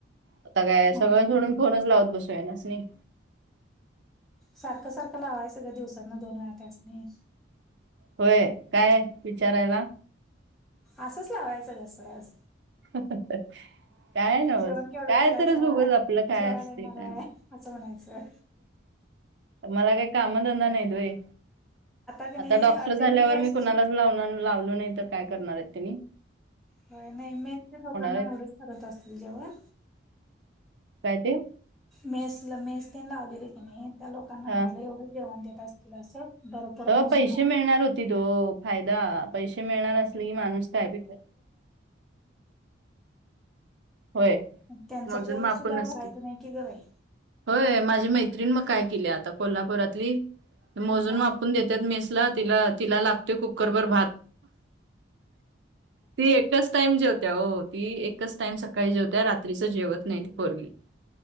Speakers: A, on the right; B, in the centre.
A: आता काय
B: म्हणाले
A: सगळं सोडून फोनच लावत बसू येनास नाही.
B: सारखं सारखं लावाय सगळं दिवसांना दोन व्याळा तासने
A: होय काय विचारायला.
B: असंच लावायचं जसं आज,
A: काय ना बस
B: जेवण केवढं
A: काय
B: केलायचा
A: तरच उगच आपलं काय
B: जेवायला
A: असते
B: येणार
A: काय
B: आहे. असं म्हणायचंय.
A: मला काही कामधंदा नाही होय.
B: क
A: आता
B: नाही
A: डॉक्टर झाल्यावर
B: त्यांनी मेसची
A: मी कुणालाच लावणार लावलो नाही तर काय करणार आहेत तनी.
B: नाही मेच्या लोकांना
A: आहेत
B: एवढेच करत असतील जेवण.
A: काय तेे
B: मेसला मेस तेन लावलेले की नाही त्या लोकांना
A: हा
B: म्हटलं एवढं जेवण देत असतील असं. बरोबर
A: तर
B: मोजून
A: पैसे
B: मापून
A: मिळणार होतीत वो फायदा पैसे मिळणार असले की माणूस काय बी कर. होय
B: त्यांच
A: मोजून
B: पोट
A: मापून
B: सुद्धा भरायच
A: असते
B: नाही. की ग बाई
A: होय माझी मैत्रीण मग काय केली आता कोल्हापुरातली. मोजून
B: हा
A: मापून देत्यात मेसला. तिला तिला लागतोय कुकरभर भात. ती एकच टाईम जेवत्या हो. ती एकच टाइम सकाळी जेवते. रात्रीचं जेवत नाही ती पोरगी.